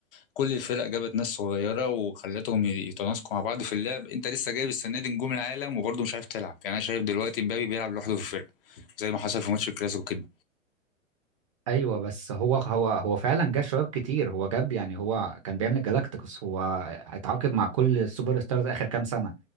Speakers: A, on the left (about 45°); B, on the right (about 25°).
A: كل الفرق جابت ناس صغيره وخلتهم يتناسقوا مع بعض في اللعب انت لسه جايب السنه دي نجوم العالم وبرضو مش عارف تلعب يعني انا شايف دلوقتي مبابي بيلعب لوحده في الفرقه زي ما حصل في ماتش الكلاسيكو كده
B: ايوه بس هو هو هو فعلا جاب شباب كتير هو جاب يعني هو كان بيعمل جالاكتيكوس هو اتعاقد مع كل السوبر ستارز اخر كام سنه